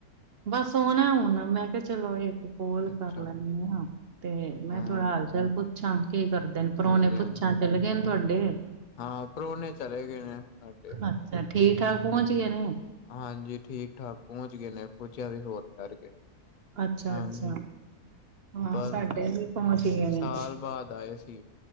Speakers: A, on the right; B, on the left.
A: ਬਸ ਸੌਣਾ ਹੁਣ, ਮੈਂ ਕਿਹਾ ਚਲੋਂ ਇਕ ਕੋਲ
B: ਅੱਛਾ
A: ਕਰ ਲੈਂਨੀ ਆ, ਤੇ ਮੈਂ
B: ਹਾਂ,
A: ਥੋੜਾ ਹਾਲ-ਚਾਲ ਪੁੱਛਾਂ ਕੀ ਕਰ ਦੇ ਨੇ, ਪ੍ਰਾਹੁਣੇ
B: ਹਾਂਜੀ-ਹਾਂਜੀ।
A: ਪੁੱਛਾਂ ਚੱਲ ਗਏ ਨੇ ਤੁਹਾਡੇ?
B: ਹਾਂ, ਪ੍ਰਾਹੁਣੇ ਚਲੇ ਗਏ ਨੇ ਆਕੇ,
A: ਅੱਛਾ, ਠੀਕ-ਠਾਕ ਪਹੁੰਚ ਗਏ ਨੇ?
B: ਹਾਂਜੀ ਠੀਕ-ਠਾਕ ਪਹੁੰਚ ਗਏ ਨੇ, ਪੁੱਛਿਆ ਸੀ ਫੋਨ ਕਰਕੇ।
A: ਅੱਛਾ-ਅੱਛਾ,
B: ਹਾਂਜੀ
A: ਹਾਂ,
B: ਬਸ
A: ਸਾਡੇ ਵੀ ਪਹੁੰਚ ਗਏ ਨੇ।
B: ਸਾਲ ਬਾਅਦ ਆਏ ਸੀ